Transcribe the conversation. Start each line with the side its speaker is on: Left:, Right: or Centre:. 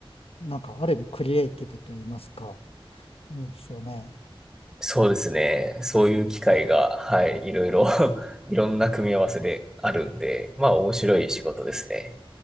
Left: なんかある意味クリエイティブと言いますか、いいですよね。
Centre: そうですね。そういう機会が、はい、いろいろ <laughs> いろんな組み合わせであるんで、まあ面白い仕事ですね。